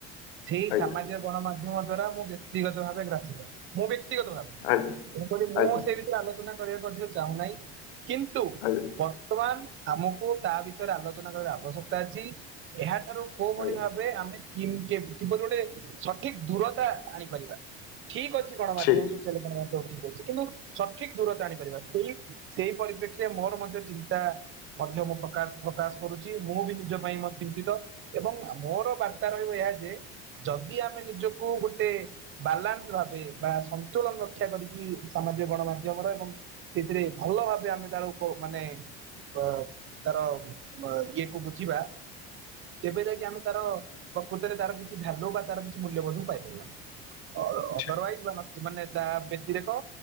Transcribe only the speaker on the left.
ଆଜ୍ଞା
ଆଜ୍ଞା
ଆଜ୍ଞା
ଆଜ୍ଞା
ଆଜ୍ଞା
ଠିକ।
ଠିକ।